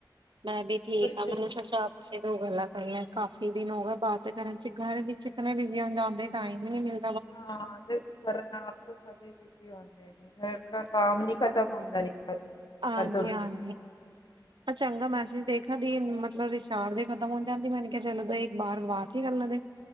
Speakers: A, on the right; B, on the left.
A: ਮੈਂ ਵੀ ਠੀਕ
B: ਤੁਸੀਂ
A: ਆ, ਮਤਲਬ ਸ ਸੋਚਿਆ ਦੋ ਗੱਲਾਂ ਕਰਨੀਆਂ, ਕਾਫੀ ਦਿਨ ਹੋ ਗੇ ਬਾਤ ਕਰਨ ਚ ਗਰ ਵਿੱਚ ਇਤਨੇ ਬਿਜ਼ੀ ਹੋ ਜਾਂਦੇ ਟਾਈਮ ਈ ਨੀ ਮਿਲ
B: ਹਾਂ ਦੇਖ ਕਰਨ ਨਾਲ ਤੋਂ ਸਭੈ ਬਿਜੀ ਹੁੰਦੇ ਨੇ, ਮੇਰਾ ਤੋਂ ਕਾਮ ਨੀ ਖਤਮ ਹੁੰਦਾ ਨੀ ਕਬੀ ਵੀ
A: ਹਾਂਜੀ-ਹਾਂਜੀ।
B: ਕਦੋਂ ਵੀ
A: ਚੰਗਾ ਮੈਸੇਜ ਦੇਖਾਂ ਦੀ ਮਤਲਬ ਰਿਸ਼ਾਰਡ ਦੇ ਖਤਮ ਹੋ ਜਾਂਦੀ ਮੇਰੀ ਚਲੋ ਦ ਇੱਕ ਵਾਰ ਬਾਤ ਹੀ ਕਰਨ ਦੇ